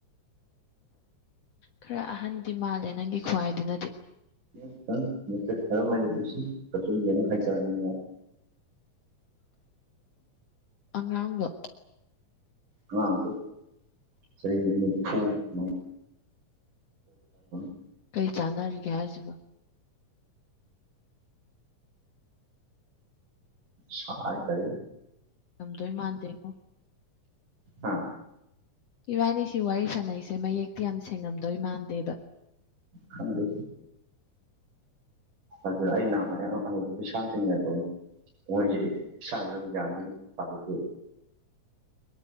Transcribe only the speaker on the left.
ꯈꯔ ꯑꯍꯟꯗꯤ ꯃꯥꯜꯂꯦ ꯅꯪꯒꯤ ꯈꯨꯍꯥꯏꯗꯨꯅꯗꯤ
ꯑꯉꯥꯡꯂꯣ
ꯀꯩ ꯆꯥꯟꯅꯔꯤꯒꯦ ꯍꯥꯏꯖꯤꯕꯨ
ꯉꯝꯗꯣꯏ ꯃꯥꯟꯗꯦꯉꯣ
ꯏꯕꯥꯅꯤ ꯁꯤ ꯋꯥꯔꯤ ꯁꯥꯟꯅꯩꯁꯦ ꯃꯌꯦꯛꯇꯤ ꯌꯥꯝ ꯁꯦꯡꯉꯝꯗꯣꯏ ꯃꯥꯟꯗꯦꯕ